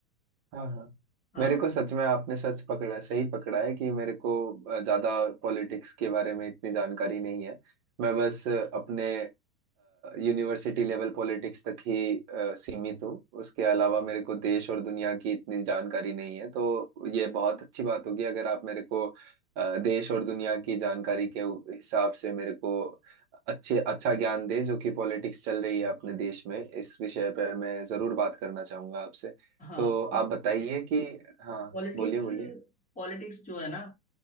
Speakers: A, on the right; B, on the left.
A: हाँ हाँ
B: हाँ
A: मेरे को सच में आपने सच पकड़ा है सही पकड़ा है कि मेरे को अ, ज्यादा पॉलिटिक्स के बारे में इतनी जानकारी नहीं है मैं बस अ, अपने यूनिवर्सिटी लेवल पॉलिटिक्स तक ही अ, सीमित हूँ उसके अलावा मेरे को देश और दुनिया की इतनी जानकारी नहीं है तो ये बहुत अच्छी बात होगी अगर आप मेरे को अ, देश और दुनिया की जानकारी के उ- हिसाब से मेरे को अच्छे अच्छा ज्ञान दे जो कि पॉलिटिक्स चल रही है अपने देश में इस विषय पर मैं जरूर बात करना चाहूंगा आपसे
B: हाँ
A: तो आप बताइए कि हाँ
B: पॉलिटिक्स
A: बोलिए बोलिए
B: पॉलिटिक्स जो है ना